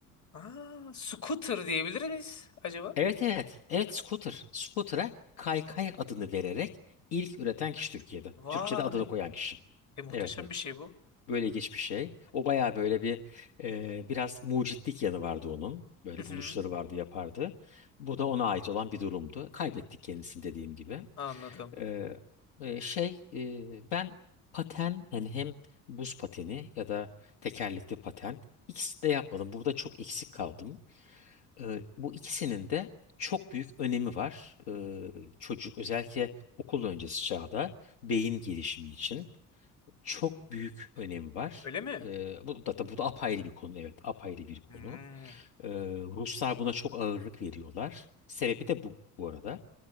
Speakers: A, on the left; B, on the left.
A: Aa, scooter diyebilir miyiz acaba?
B: Evet evet. Evet scooter. Scooter'a kaykay adını vererek ilk üreten kişi Türkiye'de.
A: Vay,
B: Türkçe'de adını koyan kişi.
A: e, muhteşem
B: Evet evet.
A: bir şey bu.
B: Böyle geçmiş şey. O bayağı böyle bir e, biraz mucitlik yanı vardı onun. Böyle
A: Hı hı,
B: buluşları vardı yapardı. Bu da ona ait olan bir durumdu. Kaybettik kendisini dediğim gibi.
A: anladım.
B: E, e, şey e, ben paten yani hem buz pateni ya da tekerlekli paten ikisini de yapmadım. Burada çok eksik kaldım. E, bu ikisinin de çok büyük önemi var. E, çocuk özellikle okul öncesi çağda beyin gelişimi için çok büyük önemi var.
A: Öyle mi?
B: Ee, bu da, da bu da apayrı bir konu evet apayrı bir konu.
A: Hmm,
B: Ee, Ruslar buna çok ağırlık veriyorlar. Sebebi de bu bu arada.